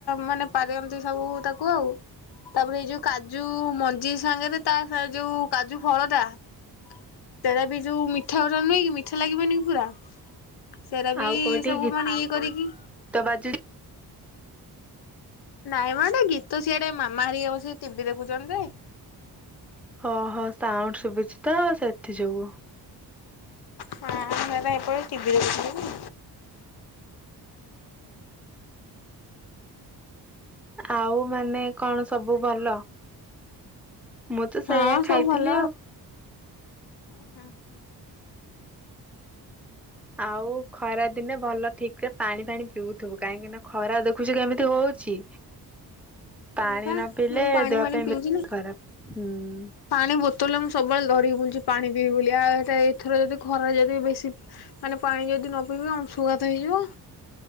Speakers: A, on the left; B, in the centre.
A: ମାନେ ପାରନ୍ତି ଏମତି ସବୁ ତାକୁ ଆଉ ତାପରେ ଏଇ ଯୋଉ କାଜୁ ମଞ୍ଜି ସାଙ୍ଗରେ ତା ଯୋଉ କାଜୁଫଳଟା ସେଟା ବି ଯୋଉ ମିଠାଉରା ନୁହେଁ କି ମିଠା ଲାଗିବନି କି ପୁରା। ସେଇଟା ବି
B: ଆଉ କୋଉଠି
A: ସବୁ ମାନେ ଇଏ କରିକି
B: ଗୀତ ବାଜୁଛି
A: ନାଇଁ ମାନେ ଗୀତ ସିଆଡେ ମାମା ହେରିକା ବସିକି ଟିଭିି ଦେଖୁଛନ୍ତି ଯେ
B: ଓହୋ ସାଉଣ୍ଡ ଶୁଭୁଛି ତ ସେଥି ଯୋଗୁ
A: ହଁ ସେଟ ଏପ ଟିଭି ଦେଖଥିଲ।
B: ଆଉ ମାନେ କଣ ସବୁ ଭଲ ମୁଁ ତ
A: ହଁ
B: ସେଇଆ
A: ସବୁ
B: ଖାଇଥିଲି
A: ଭଲ
B: ଆଉ।
A: <inaudible>
B: ଆଉ ଖରା ଦିନେ ଭଲ ଠିକ ରେ ପାଣି ପାଣି ପିଉଥିବୁ କାହିଁକି ନା ଖରା ଦେଖୁଛୁ କେମିତି ହଉଛି? ପାଣି
A: ହଁ ପା
B: ନ ପିଇଲେ
A: ମୁଁ ପାଣି
B: ଦେହ
A: ଫାଣି
B: ପାଇଁ
A: ପିଉଥିଲି।
B: ଖରାପ। ହୁଁ।
A: ପାଣି ବୋତ ତୋଲ ମୁଁ ସବୁବେଳେ ଧିରିକି ବୁଲି ପାଣି ପିଇବି ବୋଲି ଏଥର ଯଦି ଖର ଯି ବେଶୀ ମାନେ ପାଣି ଯଦି ନ ପିଇବା ଆମ ଅଂଶୁଘାତ ହେଇଯିବ।